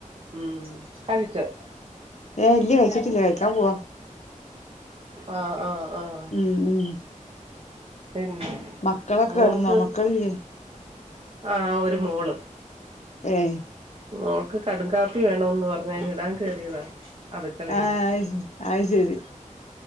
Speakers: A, on the right; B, on the left.
A: ഉം കഴിച്ചോ
B: ഏ ഇല്ല കഴിച്ചിട്ടില്ല കഴിക്കാൻ പോവാ
A: ആഹ ആഹ ആഹ
B: ഉം ഉം
A: പിന്നെ
B: മക്കളൊക്കെ
A: മോൾക്ക്
B: കെടന്നോ മക്കളില്ലേ
A: ആഹ ഒരു മോള്
B: എ
A: മൾക്ക് കട കാാപ്പി വേണന്ന് പറഞ്ഞ അതിനി ഇടാൻ കേറിയതാ അടുക്കളയില്
B: ആഹ അയി ആയി ശരി